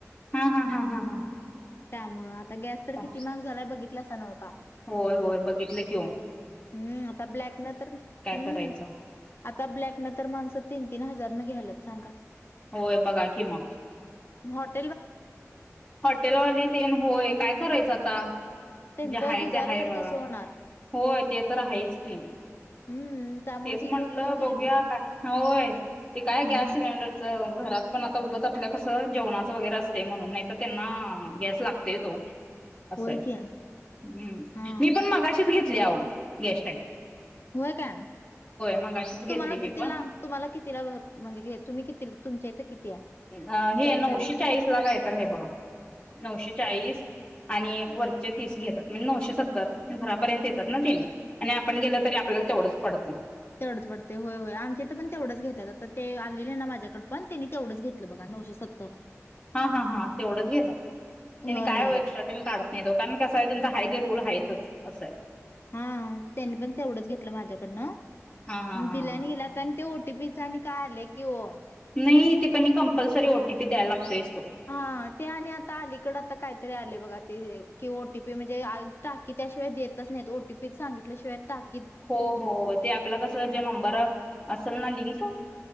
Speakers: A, on the left; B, on the left.
A: हा हा हा हा हा
B: त्या मुळात आता गॅस तर
A: हा
B: किती महाग झालाय बघितलास आता नका का!
A: होय होय बघितलं ओ!
B: हम्म! आता ब्लॅक न तर हम्म!
A: करायचं
B: आता ब्लॅक न तर माणसं तीन तीन हजार न घ्यालात सांगा.
A: होय बघा कि मग,
B: होट
A: हॉटेलवाली तेन होय, काय करायचं आता
B: त्यांचा
A: जे हाय
B: गुजारा
A: ते हाय
B: तर
A: बघा!
B: कसं होणार
A: होय ते, तर आहेच की
B: हम्म त्यामुळे
A: तेच
B: ती
A: म्हटलं
B: लोक घ्यायल्या
A: बघूया का हा होय, ते काय
B: हा
A: गॅस सिलेंडरचं, घरात पण आता उगाच आपल्या कसं जेवणाचं वगैरे असत. ते म्हणून नाही तर त्यांना गॅस लागतय ओ! असंय
B: होय की
A: हम्म
B: हा
A: मी पण मगाशीच घेत. तल्याह गॅस्टाक <unintelligible>
B: होय काय
A: मगाशीच घेतली
B: तुम्हाला
A: मी
B: कितीला
A: पण.
B: तुम्हाला कितीला म्हणजे तुम्ही किती तुमच्या इथ किती आहे
A: ज हे
B: गॅसचा
A: नऊशे
B: रेट
A: चाळीस ला काय तर हे बघा नऊशे चाळीस आणि वरचे तीस घेतात म्हणजे नऊशे सतर. ह. घरापर्यंत येतात ना, ते आणि आपण गेलं तरी आपल्याला तेवढंच पडत.
B: तेढत पडते होय होय आमच्या इथ पण तेवढंच घेतात आता ते आले ना माझ्याकड. पण तीनी तेवढंच घेतलं बघा नऊशे सत् तर.
A: हा हा हा तेवढंच यत. त्यांनी
B: होय
A: काय
B: होय
A: हो एक्स्ट्रा त्यांनी काढत नाही तो कारण कस. काय तुमचा हाय ते रोल आहेतच असं हे.
B: हा हा तेनी पण तेवढंच घेतलं माझ्याकडन
A: हा हा हा
B: दिल्या
A: हा.
B: णि गेल्या आतेन ते ओट ते पिझ्झा नि आणि काले कि हो.
A: नाही ते कनी कंपल्सरी ओ टी पी द्यायला लागतोयस.
B: हा ते आणि आता अलीकड त काहीतरी आले बघा ते अ कि ओ टी पी म्हणजे आलता त्याशिवाय देतच नाहीत ओ टी पी सांगितल्याशिवाय टाक.
A: हो हो ते आपलं कस ज्या नंबर असल ना लिंस <unintelligible>